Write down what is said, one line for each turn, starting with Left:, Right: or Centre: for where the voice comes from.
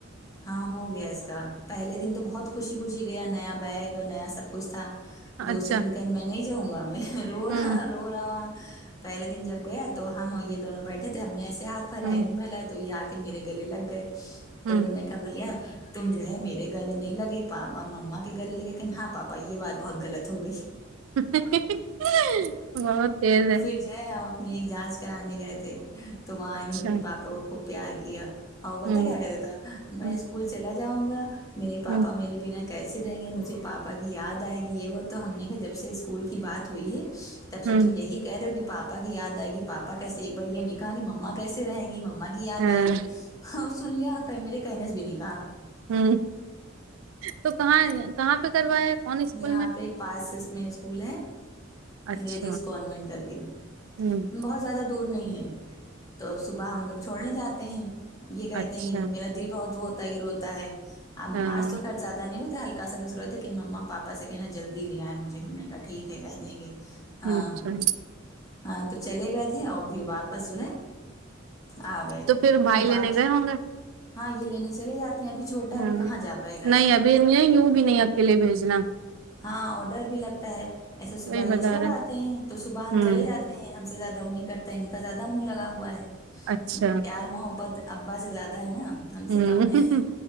Left: ہاں ہو گیا اس کا پہلے دن تو بہت خوشی خوشی گیا نیا بیگ نیا سب کچ ھتا دوسرہے
Right: اچھا
Left: دن کہا میں نہیں جاؤں گا میں رو رہا
Right: ہوں
Left: رو رہا وہ پہلے دن جب گیا تو ہم یہ دونوں بیٹھے تھے ہم نے ایسے ہاتھ پھل
Right: ہ
Left: بھ تو یہ آ کے میرے گلے لگ گئے تو
Right: ہ
Left: انہوں نے کہا بھیا تم جو ہے میرے گلے نہیں لگے پاپا مما کے گلے لگے کہن ہاں پاپا یہ بات بہت غلط ہو گئی
Right: بہت تیز ہے
Left: فج ہم اپنی ایک جانچ کرانے گئے تھے تو وہاں
Right: اچھا
Left: انہوں نے اپنے پاپا کو خوب پیار کیا آپ
Right: ہوں
Left: پتا کیا کرتا تھا میں
Right: ہوں
Left: اسکول چلا جاؤں گا میرے پاپا
Right: ہوں
Left: میرے بنا کیس رہیں گے مجھے پاپا کی یاد آئے گی یہ وہ تو ہم نے جب سے اسکول کی بات ہوئی ہے تب سے
Right: ہوں
Left: تم یہی کہہ رہے ہو کہ پاپا کی یاد آئے گی پاپا کیسے ایک بار یہ نک کہا کہ مما کیسے رہیں گی مما کی یاد
Right: ہاں
Left: آئے گی سن لیا میرے کہنے سے بھی نہیں کہا
Right: ہ تو کہاں کہاں پہ کروایا کون اسکول
Left: یہاں
Right: میں
Left: پہ ایک پانس سس میں اسکول ہے
Right: اچھا
Left: رجیس کانوینٹ کر کے
Right: ہوں
Left: بہت زیادہ دور نہیں ہے تو صبح ہم لوگ چھوڑنے جاتے ہیں یہ کہتے
Right: اچھا
Left: ہیں کہ میرا دل بہت وہ ہوتا ہے یہ روتا ہے
Right: ہاں
Left: آج تو خرچ زیادہ نہیں رہتے ہلکا کا سا بس روتے لیکن مما پاپا سے کہنا جلدی لینی آئیں جی ہم نے کہا ٹھیک ہے کہ دیں گے ہاں
Right: اچھا
Left: ہاں تو چلے گئے تھے اور پھر واپس جو ہے آ گئے
Right: تو پھر بھائی
Left: یہ بات
Right: لینے گئے ہوں گے
Left: ہاں یہ لینے چلے جاتے ہیں ابی چھوٹا
Right: ہاں
Left: ابی کہاں جا پائے گا
Right: نہیں
Left: اس
Right: ابھی نہیں یوں بھی نہیں آ کے لیے بھیجنا
Left: ہاں اور ڈر بھی لگتا ہے ایسے صبح
Right: وہی
Left: یہ
Right: بتا
Left: چھوڑ
Right: رہے
Left: آتے ہیں تو صبح ہم
Right: ہوں
Left: چلے جاتے ہم سے زیادہ وہ نہیں کرتا ان کا زیادہ منہ لگا ہوا ہے
Right: اچھا
Left: پیار محبت ابا سے زیادہ ہے نا ہم
Right: ہوں
Left: سے کم ہے